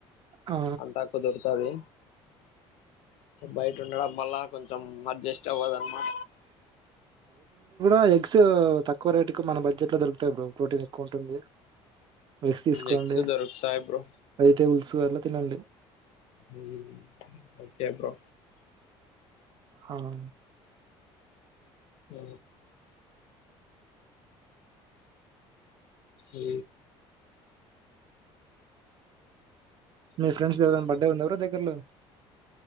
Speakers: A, on the right (about 45°); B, on the left (about 70°).
A: ఆ
B: అంతా కు దరుతది బయట ఉండడం వల్ల కొంచెం అడ్జెస్ట్ చవాదన మా
A: ఆ ఎగ్స్ తక్కువ రేటు కు మన బడ్జెట్ లో దొరుకుతాయి బ్రో ప్రోటీన్ ఎక్కువ ఉంటుంది రెస్ట్ తీసుకోండి
B: ఎగ్స్ దొరుకుతాయి బ్రో
A: వెజిటేబుల్స్ అట్లా తినండి
B: ఊ ఓకే బ్రో
A: అహ
B: అ ఏ
A: మీ ఫ్రెండ్స్ ఏదైనా బర్డే ఉందిరా దగ్గరలో